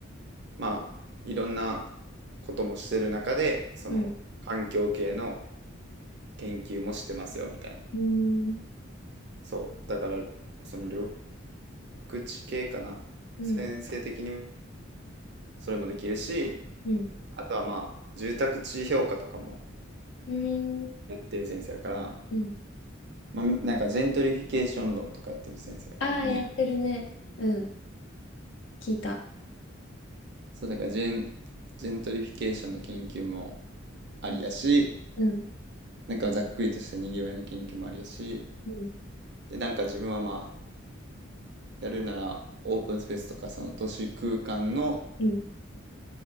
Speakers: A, on the right; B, on the left.
A: まあ、いろんなこともしてる中で、その、
B: うん、
A: 環境系の研究もしてますよ、みたいな。
B: うーん、
A: そう、だから、その、緑地系かな。
B: うん、
A: 先生的にそれもできるし、
B: うん、
A: あとはまあ、住宅地評価とかも
B: うーん、
A: やってる先生やから、
B: うん。
A: まあ、なんかジェントリフィケーション論とかやってる先生だから、
B: ああ、
A: メイン。
B: やってるね。うん、聞いた。
A: そう、だからジェン、ジェントリフィケーションの研究もありやし、
B: うん、
A: なんかざっくりとしたにぎわいの研究もありやし、
B: うん、
A: で、なんか自分はまあ、やるならオープンスペースとかその都市空間の、
B: うん、